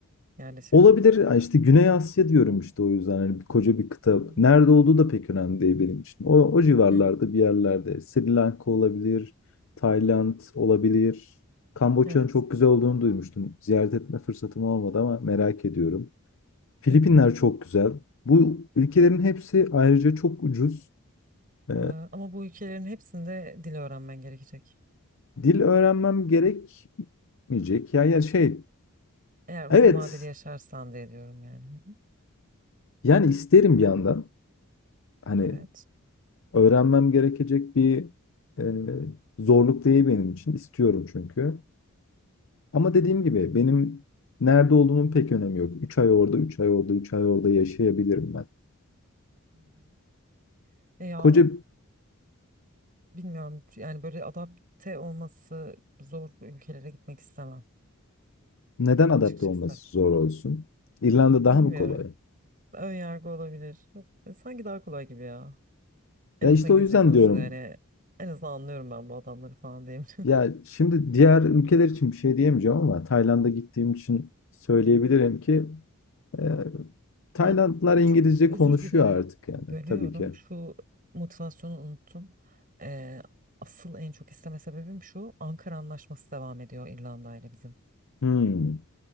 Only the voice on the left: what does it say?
Olabilir. Ya işte Güney Asya diyorum işte o yüzden hani bir- koca bir kıta.
Nerede olduğu da pek önemli değil benim için. O, o civarlarda
bir yerlerde. Sri Lanka olabilir, Tayland olabilir. Kamboçya'nın
çok güzel olduğunu duymuştum. Ziyaret etme fırsatım olmadı ama merak ediyorum. Filipinler
çok güzel. Bu ülkelerin hepsi ayrıca çok ucuz. Ee,
dil öğrenmem gerekmeyecek. Yani, yani şey,
evet
yani isterim bir yandan. Hani
Öğrenmem gerekecek bir e, zorluk değil benim için. İstiyorum çünkü. Ama dediğim gibi benim nerede olduğumun pek önemi yok. 3 ay orada, 3 ay orada, 3 ay orada yaşayabilirim ben.
Koca
neden adapte
olması zor olsun? İrlanda
daha mı kolay?
Ya
işte
o yüzden
diyorum.
Ya şimdi diğer ülkeler için bir şey diyemeyeceğim ama Tayland'a gittiğim için söyleyebilirim
ki e, Taylandlılar
İngilizce
konuşuyor
artık yani
tabii ki.
Hmm.